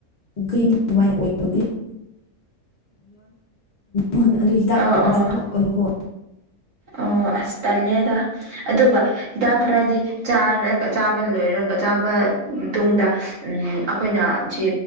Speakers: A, on the left; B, on the right.
A: ꯒ꯭ꯔꯤꯟ <unintelligible> ꯑꯗꯨꯃꯥꯏꯅ ꯑꯣꯏꯕ <unintelligible> ꯑꯗꯨ ꯍꯤꯗꯥꯛ
B: ꯑꯣ
A: ꯃꯃꯛ
B: ꯑꯣ
A: ꯑꯣꯏꯌꯨꯀꯣ
B: ꯑꯣ ꯑꯁ ꯇꯜꯂꯦꯗ꯫ ꯑꯗꯨꯒ ꯍꯤꯗꯥꯛ ꯈꯔꯗꯤ ꯆꯥꯔꯒ ꯆꯥꯕ ꯂꯣꯏꯔꯒ ꯆꯥꯕ ꯇꯨꯡꯗ ꯑꯩꯈꯣꯏꯅ ꯁꯤ